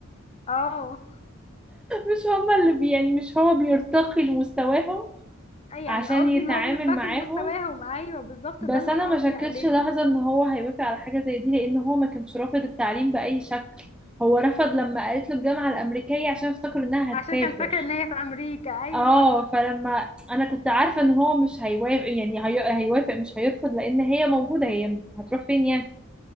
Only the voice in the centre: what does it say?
مش هما اللي بي يعني مش هو بيرتقي لمستواهم
عشان
يتعامل
معاهم
بس
انا
ما
شكتش
لحظه ان هو هيوافق على حاجه زي دي لان هو ما كانش رافض التعليم باي شكل هو رفض لما قالت له الجامعه الامريكيه عشان افتكر انها
هتسافر
اه فلما انا كنت عارفه ان هو مش هيوافق يعني هي... هيوافق مش هيرفض لان هي موجوده هي هتروح فين يعني